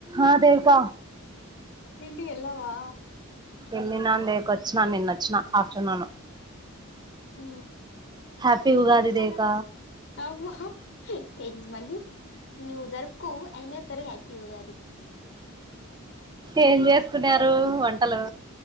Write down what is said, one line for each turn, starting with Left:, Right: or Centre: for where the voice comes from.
Right: ఆ దేవిక
Left: ఇంటి కెల్ల వా
Right: వెళ్ళిన అ దగకు వచ్చినా నిన్న వచ్చినా ఆఫ్టర్నూన్
Left: హ
Right: హ్యాపీ
Left: అన్నమే
Right: ఉగాది
Left: చేస్తానా
Right: దేవిక
Left: అవ్వ ఎ్సమల్లి జరుకు అయి సరే హ్యాపీ ఉగాది
Right: ఏం చేసుకున్నారు వంటలు